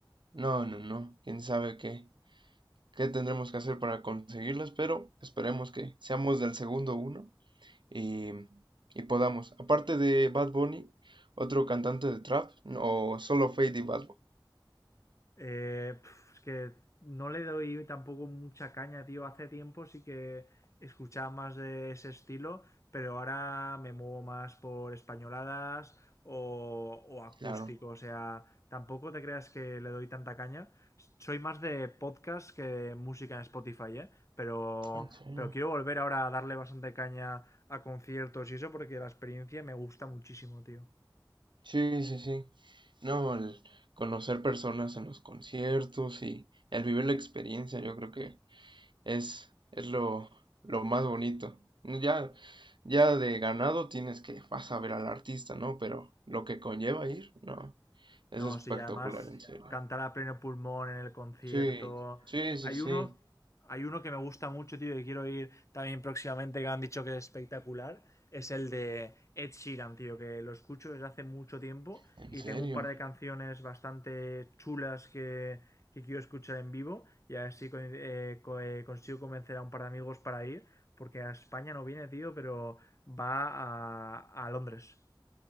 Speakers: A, on the right; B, on the left.
A: No, no, no. Quién sabe qué, qué tendremos que hacer para conseguirlas, pero esperemos que seamos del segundo uno y, y podamos. Aparte de Bad Bunny, otro cantante de trap, o solo Fade y Bad Bunny.
B: Eh, es que no le doy tampoco mucha caña, tío. Hace tiempo sí que escuchaba más de ese estilo, pero ahora me muevo más por españoladas o, o acústico.
A: Claro.
B: O sea, tampoco te creas que le doy tanta caña. Soy más de podcast que de música en Spotify, ¿eh? Pero,
A: En serio.
B: pero quiero volver ahora a darle bastante caña a conciertos y eso porque la experiencia me gusta muchísimo, tío.
A: Sí, sí, sí. No, el conocer personas en los conciertos y el vivir la experiencia, yo creo que es, es lo, lo más bonito. Ya, ya de ganado tienes que vas a ver al artista, ¿no? Pero lo que conlleva ir, no, es
B: No,
A: espectacular,
B: sí, además
A: en serio.
B: cantar a pleno pulmón en el concierto.
A: Sí, sí, sí,
B: Hay
A: sí,
B: uno, hay uno que me gusta mucho, tío, y quiero ir también próximamente, que me han dicho que es espectacular. Es el de Ed Sheeran, tío, que lo escucho desde hace mucho tiempo
A: en
B: y
A: serio.
B: tengo un par de canciones bastante chulas que, que quiero escuchar en vivo y a ver si co- eh, co- eh, consigo convencer a un par de amigos para ir, porque a España no viene, tío, pero va a, a Londres.